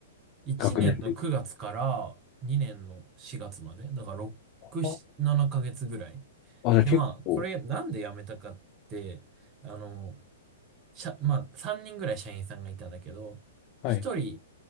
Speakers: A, on the right; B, on the left.
A: 1年の9月から2年の4月まで、
B: 学年で言う
A: だから6、
B: と。
A: 7ヶ月ぐらい。
B: あ、あじゃあ結構、
A: で、まあこれなんで辞めたかって、あの、社、まあ、3人ぐらい社員さんがいたんだけど、
B: はい。
A: 1人